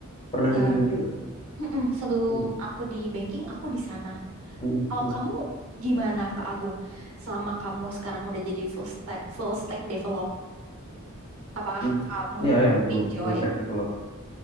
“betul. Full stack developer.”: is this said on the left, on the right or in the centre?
Left